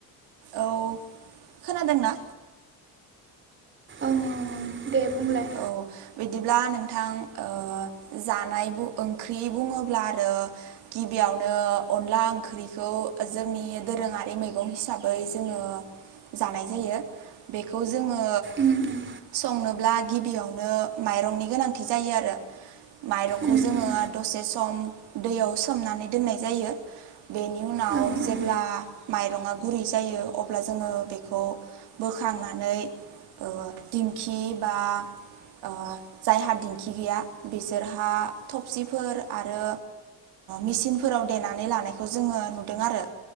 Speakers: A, on the right; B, on the right.
A: औ खोनादोंना
B: ओं दे बुंलाय
A: औ बिदिब्ला नोंथां ओ जानाय ओंख्रि बुङोब्ला आरो गिबियावनो अनला ओंख्रिखौ जोंनि दोरोङारि मैगं हिसाबै जोङो जानाय जायो बेखौ जोंङो
B: उम उम
A: संनो ब्ला गिबियावनो माइरंनि गोनांथि जायो आरो माइरंखौ
B: उम
A: जोङो दसे सम दैयाव सोमनानै दोननाय जायो बेनि उनाव
B: उम
A: जेब्ला माइरंङा गुरै जायो अब्ला जोङो बेखौ बोखांनानै ओ दिंखि बा ओ जायहा दिंखि गैया बिसोरहा थबसिफोर आरो मेचिनफोराव देनानै लानायखौ जोङो नुदों आरो